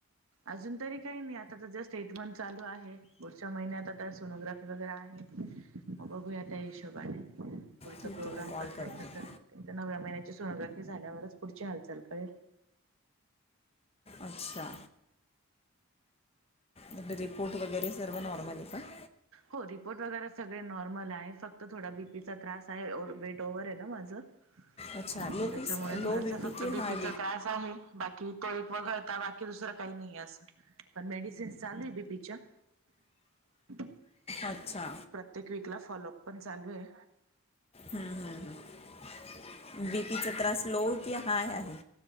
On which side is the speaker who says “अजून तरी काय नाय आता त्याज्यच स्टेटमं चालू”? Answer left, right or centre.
Right